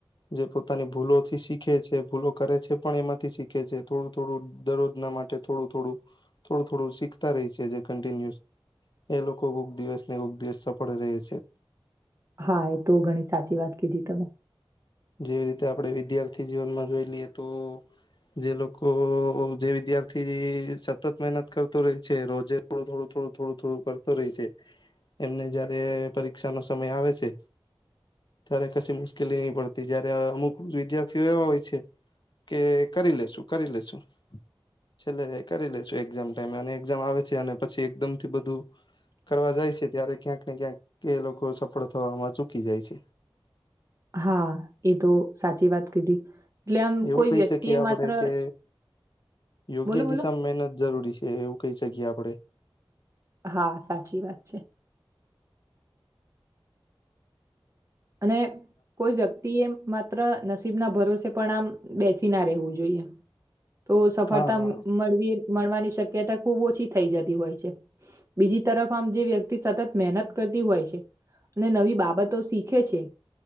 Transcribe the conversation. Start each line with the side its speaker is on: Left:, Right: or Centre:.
Left: જે પોતાની ભૂલોથી શીખે છે. ભૂલો કરે છે, પણ એમાંથી શીખે છે થોડું થોડું દરરોજ ના માટે, થોડું થોડું થોડું થોડું શીખતા રહી છે જે કન્ટીન્યુઅસ એ લોકો કોક દિવસ ને કોક દિવસ સફળ રેહ છે
Right: હા એ તો ઘણી સાચી વાત કીધી તમે
Left: જેવી રીતે આપણે વિદ્યાર્થી જીવનમાં જોઈ લઈએ તો જે લોકો જે વિદ્યાર્થી સતત મહેનત કરતો રેય છે રોજે થોડું થોડું થોડું થોડું થોડું કરતો રેય છે એમને જયારે પરીક્ષાનો સમય આવે છે ત્યારે કશી મુશ્કેલી પડતી જયારે અમુક વિદ્યાર્થીઓ એવા હોય છે કે કરી લેશુ કરી લેશુ છેલ્લે કરી લેશુ એક્ઝામ ટાઈમે અને એક્ઝામ આવે છે અને પછી એકદમ થી બધું કરવા જાય છે ત્યારે ક્યાંક ને ક્યાંક એ લોકો સફળ થવામાં ચૂકી જાય છે.
Right: હા એ તો સાચી વાત કીધી એટલે આમ
Left: એવું
Right: કોઈ
Left: કહી
Right: વ્યક્તિએ
Left: શકીએ
Right: માત્ર
Left: આપડે કે યોગ્ય
Right: બોલો, બોલો.
Left: દિશામાં મહેનત જરૂરી છે એવું કઈ શકીએ આપડે
Right: હા સાચી વાત છે. અને કોઈ વ્યક્તિ થી એમ માત્ર નસીબના ભરોસે પણ આમ બેસી ના રહેવું જોઈએ તો સફળતા
Left: હા
Right: મળવી મળવાની શક્યતા ખુબ ઓછી થઈ જતી હોય છે બીજી તરફ આમ જે વ્યક્તિ સતત મહેનત કરતી હોય છે અને નવી બાબતો શીખ કે છે